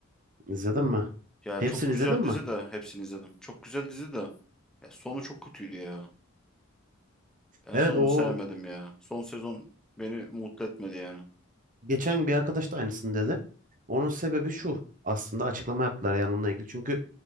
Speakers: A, on the right; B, in the centre.
A: İzledin mi?
B: Ya
A: Hepsini
B: çok güzel
A: izledin mi?
B: dizi de hepsini izledim. Çok güzel dizi de. Ya sonu çok kötüydü ya. Ben
A: Evet
B: sonunu
A: o
B: sevmedim ya. Son sezon beni mutlu etmedi yani.
A: geçen bir arkadaş da aynısını dedi. Onun sebebi şu. Aslında açıklama yaptılar yani onunla ilgili. Çünkü